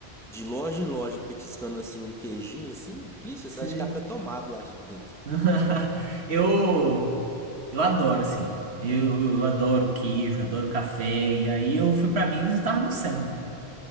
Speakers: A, in the centre; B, on the right.
A: de loja em loja, petiscando, assim, um queijinho, assim. Ih, você
B: Sei.
A: sai de café tomado lá de dentro.
B: <laughs> Eu. Eu adoro, assim. Eu, eu adoro queijo, adoro café. E aí eu fui pra Minas e tava no céu, né?